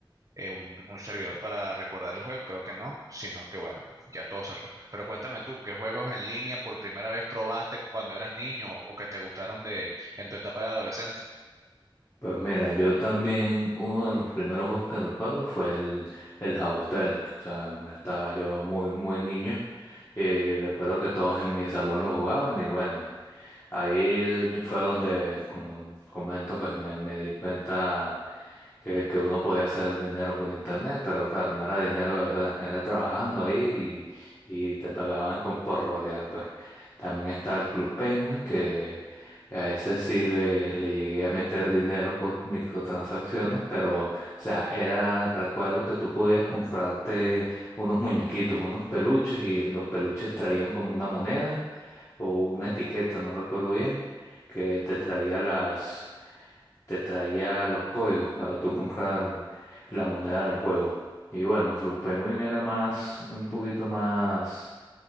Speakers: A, on the right; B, on the left.
A: eh, un, un servidor para recordar el juego, creo que no, sino que bueno, ya todo cerró. Pero cuéntame tú, ¿qué juegos en línea por primera vez probaste cuando eras niño o que te gustaron de en tu etapa de adolescente?
B: Pues mira, yo también, uno de los primeros juegos que recuerdo fue el, el Jabotel. O sea, no estaba yo muy, muy niño y recuerdo que todos en mi salón lo jugaban y bueno, Ahí yo- yo- fue donde, como comento, pues me, me di cuenta que, que uno podía hacer dinero por internet, pero claro, no era dinero de verdad, era trabajando ahí y, y te pagaban con, por rolear, pues. También está el Club Penguin, que a ese sí le, le llegué a meter dinero por microtransacciones, pero, o sea, era, recuerdo que tú podías comprarte unos muñequitos, unos peluches, y los peluches traían como una moneda o una etiqueta, no recuerdo bien, que te traía las, te traía los códigos para tú comprar la moneda del juego. Y bueno, Club Penguin era más, un poquito más